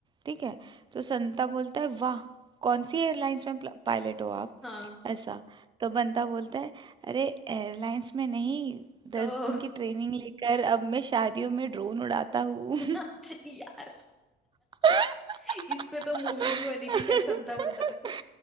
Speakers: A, on the right; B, in the centre.
A: ठीक है तो संता बोलता है वाह कौन सी एयरलाइंस में पायलट हो आप
B: हाँ
A: ऐसा तो बंता बोलता है अरे एयरलाइंस में नहीं
B: तो
A: दस दिन की ट्रेनिंग लेकर अब मैं शादियों में ड्रोन उड़ाता हूँ
B: <laughs> यार
A: <laughs>
B: <laughs> इस पे तो मूवी भी बनी थी शायद संता बंता पे तो